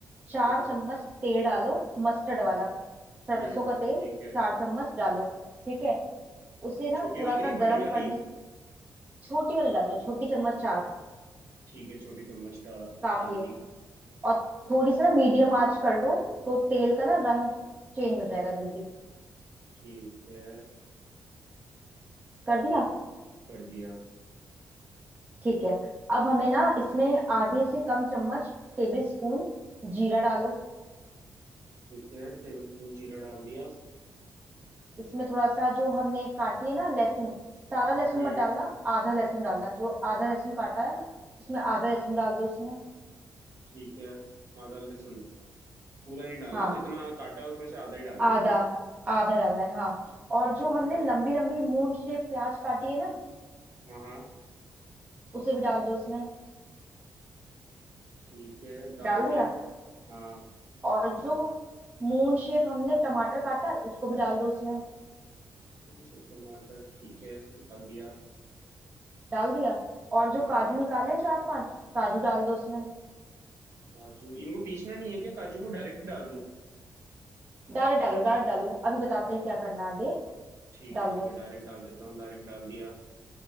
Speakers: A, on the right (about 25°); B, on the right (about 45°).
A: चार
B: हाँ
A: चम्मच तेल डालो मस्टर्ड वाला सरसों
B: हम्म
A: का तेल
B: ठीक है
A: चार चम्मच डालो ठीक है उसे ना
B: छोटी
A: थोड़ा
B: वाली
A: सा
B: बड़ी
A: गरम
B: वाली
A: करने छोटी वाली डालो छोटी चम्मच चार
B: ठीक है छोटी चम्मच का
A: काफी
B: डाल
A: है
B: ली
A: और थोड़ी सी ना मीडियम आंच कर लो तो तेल का ना रंग चेंज हो जाएगा जल्दी
B: ठीक है
A: कर दिया
B: कर दिया
A: ठीक है अब हमें ना इसमें आधे से कम चम्मच टेबल स्पून जीरा डालो
B: ठीक है टेबल स्पून जीरा डाल दिया
A: इसमें थोड़ा सा जो हमने काटी है ना लहसुन सारा लहसुन
B: हम्म
A: मत डालना आधा लहसुन डालना जो आधा लहसुन काटा है उसमें आधा लहसुन डाल दो इसमें
B: ठीक है आधा लहसुन पूरा नहीं डालना
A: हाँ
B: जितना काटा है उसमें से आधा ही डालना
A: आधा
B: है है ना
A: आधा डालना है हाँ और
B: ठीक
A: जो हमने
B: है
A: लंबी लंबी मून शेप प्याज काटी है ना
B: हाँ हाँ
A: उसे भी डाल दो इसमें
B: ठीक है डाल
A: डाल
B: दी
A: दिया
B: हाँ
A: और जो मून शेप हमने टमाटर काटा है उसको भी डाल दो उसमें
B: सब टमाटर ठीक है डाल दिया
A: डाल दिया और
B: हाँ
A: जो काजू निकाले हैं चार पांच काजू डाल दो उसमें
B: काजू इनको पीसना नहीं है क्या काजू को डायरेक्ट डाल दूं
A: डायरेक्ट डालो डायरेक्ट डालो अभी बताते हैं क्या करना है आगे
B: ठीक
A: डाल
B: है ठीक
A: दो
B: है डायरेक्ट डाल देता हूँ डायरेक्ट डाल दिया